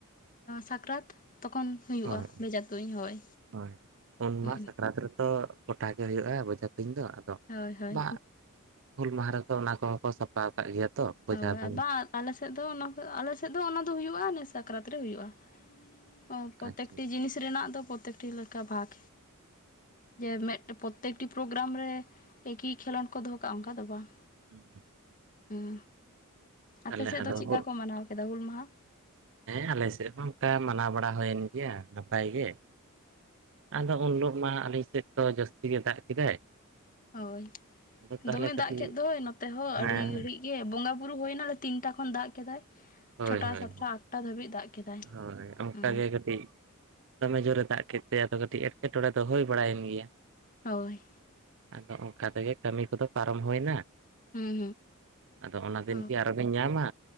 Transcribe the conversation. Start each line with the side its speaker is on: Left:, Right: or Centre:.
Left: ᱥᱟᱠᱨᱟᱛ ᱛᱚᱠᱷᱚᱱ ᱦᱩᱭᱩᱜᱼᱟ
Right: ᱦᱳᱭ
Left: ᱵᱷᱮᱡᱟ ᱛᱩᱧ ᱦᱳᱭ,
Right: ᱦᱳᱭ ᱩᱱ
Left: ᱦᱩᱸ
Right: ᱢᱟ ᱥᱟᱠᱨᱟᱛ ᱨᱮᱛᱚ ᱜᱚᱴᱟ ᱜᱮ ᱦᱩᱭᱩᱜᱼᱟ ᱵᱚᱡᱷᱟ ᱛᱩᱧ ᱫᱚ ᱟᱫᱚ
Left: ᱦᱳᱭ ᱦᱳᱭ
Right: ᱵᱟ ᱦᱩᱞ ᱢᱟᱦᱟ ᱨᱮᱫᱚ ᱚᱱᱟ ᱠᱚᱦᱚᱸ ᱠᱚ ᱥᱟᱯᱷᱟ ᱠᱟᱫ ᱜᱮᱭᱟ᱾ ᱛᱚ ᱵᱚᱡᱷᱟ
Left: ᱦᱳᱭ,
Right: ᱛᱩᱧ
Left: ᱟ ᱵᱟ ᱟᱞᱮᱥᱮᱫ ᱫᱚ ᱚᱱᱟ ᱠᱚ ᱟᱞᱮᱥᱮᱫ ᱫᱚ ᱚᱱᱟ ᱫᱚ ᱦᱩᱭᱩᱜᱼᱟ ᱮ ᱥᱟᱠᱨᱟᱛ ᱨᱮ ᱦᱩᱭᱩᱜᱼᱟ᱾ ᱚ, ᱯᱚᱛᱮᱠᱴᱤ
Right: ᱟᱪᱪᱷᱟ ᱟᱪᱪᱷᱟ,
Left: ᱡᱤᱱᱤᱥ ᱨᱮᱱᱟᱜ ᱫᱚ ᱯᱚᱛᱮᱠᱴᱤ ᱞᱮᱠᱟ ᱵᱷᱟᱜᱽ᱾ ᱡᱮ ᱢᱮᱫ ᱯᱚᱛᱛᱮᱠᱴᱤ ᱯᱨᱳᱜᱨᱟᱢ ᱨᱮ ᱮᱠᱤ ᱠᱷᱮᱞᱳᱰ ᱠᱚ ᱫᱚᱦᱚ ᱠᱟᱜᱼᱟ ᱚᱝᱠᱟ ᱫᱚ ᱵᱟᱝ᱾
Right: ᱦᱩᱸ᱾
Left: ᱦᱩᱸ,
Right: ᱛᱟᱦᱚᱞᱮ
Left: ᱟᱯᱮᱥᱮᱫ
Right: ᱟᱫᱚ
Left: ᱫᱚ ᱪᱮᱫᱠᱟ
Right: ᱦᱳ-
Left: ᱠᱚ ᱢᱟᱱᱟᱣ ᱠᱮᱫᱟ ᱦᱩᱞ ᱢᱟᱦᱟ?
Right: ᱦᱮᱸ ᱟᱞᱮ ᱥᱮᱜ ᱦᱚᱸ ᱚᱝᱠᱟ ᱢᱟᱱᱟᱣ ᱵᱟᱲᱟ ᱦᱳᱭᱮᱱ ᱜᱮᱭᱟ ᱱᱟᱯᱟᱭ ᱜᱮ᱾ ᱟᱫᱚ ᱩᱱ ᱦᱤᱞᱳᱜ ᱢᱟ ᱟᱞᱤᱧ ᱥᱮᱫ ᱫᱚ ᱡᱟᱹᱥᱛᱤ ᱜᱮ ᱫᱟᱜ ᱠᱮᱫᱟᱭ᱾
Left: ᱦᱳᱭ
Right: ᱟᱫᱚ ᱛᱟᱦᱚᱞᱮ
Left: ᱫᱚᱢᱮ
Right: ᱠᱟᱹᱴᱤᱡ
Left: ᱫᱟᱜ ᱠᱮᱫ ᱫᱚᱭ ᱱᱚᱛᱮ ᱦᱚᱸ
Right: ᱦᱮᱸ
Left: ᱟᱹᱰᱤ ᱜᱷᱟᱹᱲᱤᱡ ᱜᱮ ᱵᱚᱸᱜᱟ ᱵᱩᱨᱩ ᱦᱳᱭᱱᱟ ᱛᱤᱱᱴᱟ ᱠᱷᱚᱱ ᱫᱟᱜ ᱠᱮᱫᱟᱭ᱾
Right: ᱦᱳᱭ
Left: ᱪᱷᱚᱴᱟ,
Right: ᱦᱳᱭ
Left: ᱥᱟᱛᱴᱟ, ᱟᱴᱴᱟ ᱫᱷᱟᱹᱵᱤᱡ ᱫᱟᱜ ᱠᱮᱫᱟᱭ᱾
Right: ᱦᱳᱭ ᱚᱱᱠᱟ
Left: ᱦᱩᱸ
Right: ᱜᱮ ᱠᱟᱹᱴᱤᱡ ᱫᱚᱢᱮ ᱡᱳᱨᱮ ᱫᱟᱜ ᱠᱮᱫ ᱛᱮ ᱟᱫᱚ ᱠᱟᱹᱴᱤᱡ ᱮᱴᱠᱮᱴᱚᱬᱮ ᱫᱚ ᱦᱩᱭ ᱵᱟᱲᱟᱭᱮᱱ ᱜᱮᱭᱟ᱾
Left: ᱦᱳᱭ᱾
Right: ᱟᱫᱚ ᱚᱝᱠᱟ ᱛᱮᱜᱮ ᱠᱟᱹᱢᱤ ᱠᱚᱫᱚ ᱯᱟᱨᱚᱢ ᱦᱩᱭᱱᱟ᱾
Left: ᱦᱩᱸ
Right: ᱟᱫᱚ ᱚᱱᱟ ᱫᱤᱱ
Left: ᱦᱩᱸ
Right: ᱠᱤ ᱟᱨᱚᱵᱤᱱ ᱧᱟᱢᱟ?